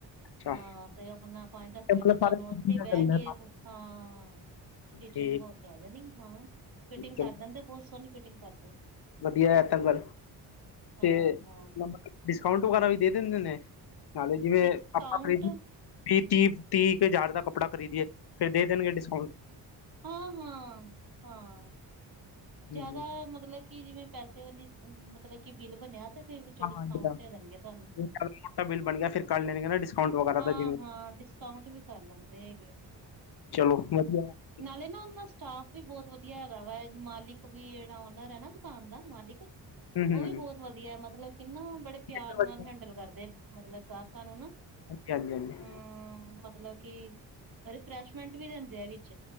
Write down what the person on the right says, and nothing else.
ਹਾਂ ਤੇ ਆਪਣਾ ਪੰਜ
ਦਸ ਮਿੰਟ
ਚ ਤੁਹਾਨੂੰ
ਉੱਥੇ ਈ ਬਹਿ
ਕੇ
ਹਾਂ। ਸਟਿਚਿੰਗ
ਹੋ ਕੇ ਆ ਜਾਣੀ ਏ ਹਾਂ ਫਿਟਿੰਗ
ਕਰ ਦਿੰਦੇ ਬਹੁਤ ਸੋਹਣੀ ਫਿਟਿੰਗ ਕਰਦੇ।
ਹਾਂ
ਹਾਂ
ਡਿਸਕਾਊਂਟ
ਹਾਂ -ਹਾਂ ਹਾਂ
ਜਿਆਦਾ ਮਤਲਬ ਕਿ ਜਿਵੇਂ ਪੈਸੇ ਵਾਲੀ ਮਤਲਬ ਕਿ ਬਿੱਲ ਬਣਿਆ ਤੇ ਫਿਰ ਅੱਛਾ
ਡਿਸਕਾਊਂਟ
ਦੇ ਦੇਣਗੇ ਤੁਹਾਨੂੰ
ਹਾਂ
-ਹਾਂ ਡਿਸਕ ਕਾਊਂਟ ਵੀ ਕਰ ਲੈਂਦੇ ਹੈਗੇ ਐ।
ਨਾਲੇ ਨਾ ਉਨਾਂ ਦਾ ਸਟਾਫ ਵੀ ਬਹੁਤ ਵਧੀਆ ਹੈਗਾ ਵਾ। ਏ ਮਾਲਿਕ ਵੀ ਜਿਹੜਾ ਓਨਰ ਹੈ ਨਾ ਦੁਕਾਨ ਦਾ ਮਾਲਿਕ ਉਹ
ਵੀ ਬਹੁਤ ਵਧੀਆ ਮਤਲਬ ਕਿੰਨਾ ਬੜੇ ਪਿਆਰ
ਨਾਲ ਹੈਂਡਲ ਕਰਦੇ। ਮਤਲਬ ਗਾਹਕਾਂ ਨੂੰ ਨਾ
ਹੂੰ ਮਤਲਬ ਕਿ ਪਹਿਲੇ ਫਰੈਸ਼ਮੈਂਟ ਵੀ ਦਿੰਦੇ ਆ ਵਿੱਚ